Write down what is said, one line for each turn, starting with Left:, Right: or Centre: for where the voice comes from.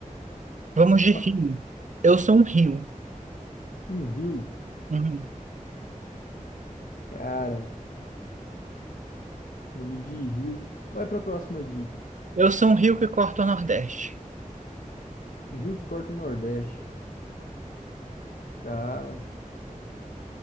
Right: Vamos de
Left: Fa-
Right: rio. Eu sou um rio.
Left: Um rio?
Right: Uhum.
Left: Cara, nome de rio. Vai pra próxima dica.
Right: Eu sou um rio que corta o Nordeste.
Left: Um rio que corta o Nordeste. Cara.